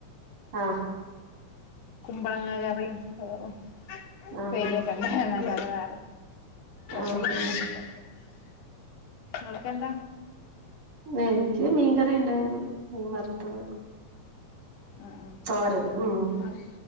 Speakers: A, on the right (about 70°); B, on the left (about 70°).
A: ആഹ്
B: കുമ്പളങ്ങ കറിയും ഓഹ്
A: ആഹ്
B: പരിയ വരുവാ
A: ആഹ്
B: ശനി ആായിക്കല്ല
A: ആഹ്
B: നങള്ക്കെന്താ
A: ഇന്നെനിക്ക് മീൻകറി ഉണ്ടായിരുന്നു മീൻ വറുത്തത്
B: ആഹ്
A: തോറത് ഉംഹ്
B: ആഹ്